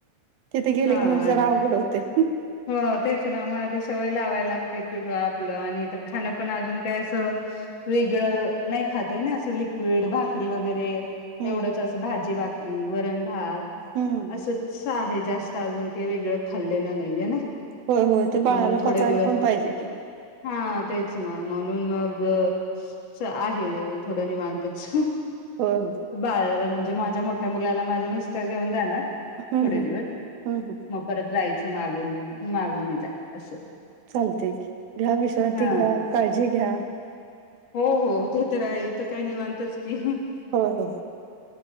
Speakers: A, on the right (about 80°); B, on the left (about 45°).
A: तिथे गेले
B: हा
A: की मग जरा अवघड होते.
B: हो तेच ना मग आधी सवय लावायला लागते आपलं आणि तर खाणं पण अजून काय असं. वेगळं नाही खातय ना असं लिक्विड भाकरी वगैरे.
A: हम्म
B: एवढंच अस भाजी भाकरी वरण भात
A: हम्म
B: असंच. आहे जास्त अजून काही वेगळं खाल्लेलं नाहीये ना.
A: होय होय ते
B: म्हणून
A: बाळाला
B: थोडे
A: पचायला
B: दिवस
A: पण पाहिजे की.
B: हा तेच ना म्हणून मग. आहे थोडं नि मानतच.
A: हो हो.
B: बाळाला म्हणजे माझ्या मोठ्या मुलाला माझे मिस्टर घेऊन जाणार
A: हम्म
B: थोडे
A: हम्म
B: दिवस
A: हम्म हम्म
B: मग. परत जायचं मागून मागून मी जाई असं.
A: चालते घ्या विश्रांती
B: हा
A: घ्या काळजी घ्या.
B: हो हो ते तर आहे तर काही नाही मानतच की.
A: हो हो